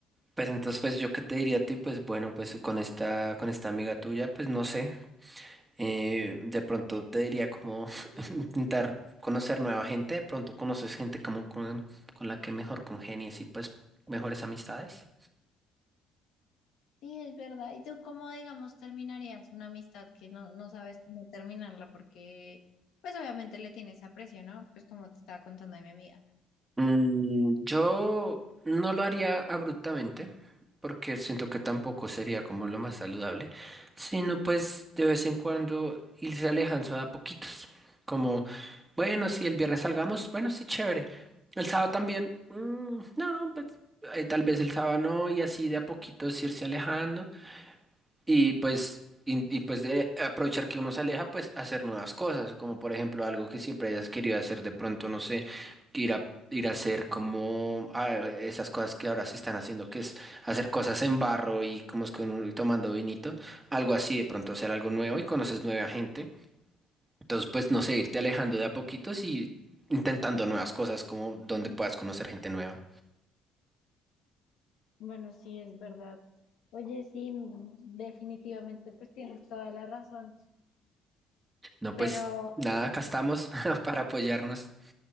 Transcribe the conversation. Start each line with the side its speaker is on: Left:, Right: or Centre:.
Right: Pues entonces, pues yo qué te diría a ti, pues bueno, pues con esta, con esta amiga tuya, pues no sé, eh, de pronto te diría como <laughs> intentar conocer nueva gente, de pronto conoces gente como con, con la que mejor congenies y pues mejores amistades.
Left: Sí, es verdad. ¿Y tú cómo, digamos, terminarías una amistad que no, no sabes cómo terminarla? Porque, pues obviamente le tienes aprecio, ¿no? Pues como te estaba contando a mi amiga.
Right: Mm, yo no lo haría abruptamente, porque siento que tampoco sería como lo más saludable, sino pues de vez en cuando irse alejando a poquitos. Como, bueno, si el viernes salgamos, bueno, sí, chévere. El sábado también, mm, no, pues eh, tal vez el sábado no, y así de a poquitos irse alejando. Y pues, y, y, pues de aprovechar que uno se aleja, pues hacer nuevas cosas, como por ejemplo algo que siempre hayas querido hacer, de pronto, no sé, ir a, ir a hacer como ah, esas cosas que ahora se están haciendo, que es hacer cosas en barro y como es con un- tomando vinito, algo así, de pronto hacer algo nuevo y conoces nueva gente. Entonces, pues no sé, irte alejando de a poquitos y intentando nuevas cosas, como donde puedas conocer gente nueva.
Left: Bueno, sí, es verdad. Oye, sí, mm, definitivamente, pues tienes toda la razón.
Right: No, pues
Left: Pero
Right: nada, acá estamos <laughs> para apoyarnos.